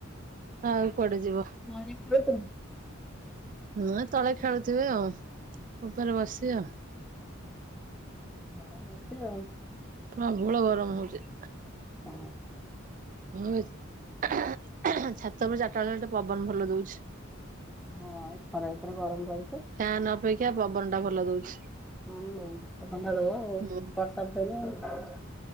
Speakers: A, on the right; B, in the centre.
A: ଆଉ କୁଆଡେ ଯିବ?
B: ପରେ କହିବୁନି।
A: ହୁଁ ଏ ତଳେ ଖେଳୁଥିବେ ଆଉ ଉପରେ ବସି ଆଉ।
B: ଗରମ ହଉଛି ଆଉ।
A: ପ୍ରବଳ ଗରମ ହଉଛି।
B: ହଁ।
A: ହଁ ଏ ଛାତ ଉପର ଚାରଟା ବେଳେ ଗୋଟେ ପବନ ଭଲ ଦଉଛି।
B: ହଁ ଏଇ ଖରା ଭିତରେ ଗରମ ରହିଛି।
A: ଫ୍ୟାନ୍ ଅପେକ୍ଷା ପବନଟା ଭଲ ଦୋଉଛି।
B: ହଁ ପବନଟା ଦବ ଆଉ,
A: ହୁଁ
B: ବର୍ଷା ଉଠେଇଲେ।